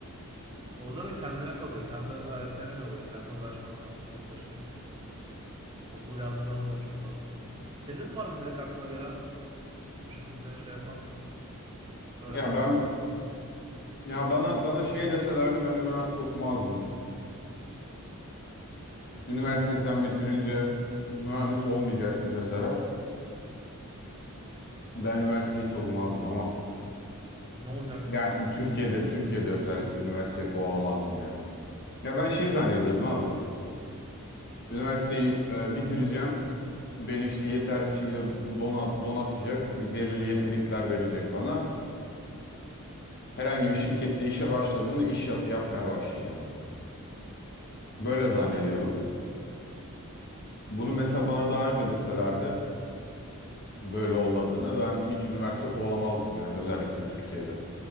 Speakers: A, on the right (about 20°); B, on the left (about 50°).
A: Orada da kendine kalıyor. Kendi aletlerine kalıyor. Kendine uğraşman lazım tek başına. Okul yardımcı olamıyor çok fazla. Senin var mı direkt aklına gelen bu şekilde şey yapan, öğrenmek
B: Ya ben
A: iste- istediği oldu?
B: ya bana bana şey deselerdi ben üniversite okumazdım. Üniversiteyi sen bitirince mühendis olmayacaksın deseler ben üniversiteyi hiç okumazdım ama
A: Ne olacaksın?
B: Yani Türkiye'de Türkiye'de özellikle üniversiteyi kovalamazdım yani. Ya ben şey zannediyordum abi. Üniversiteyi e, bitireceğim. Beni işte yeterli bir şekilde donat, donatacak. Belirli yetenekler verecek bana. Herhangi bir şirkette işe başladığımda iş yap- yapmaya başlayacağım. Böyle zannediyordum. Bunu mesela bana daha önce deselerdi böyle olmadığını ben hiç üniversite kovalamazdım yani özellikle Türkiye'de.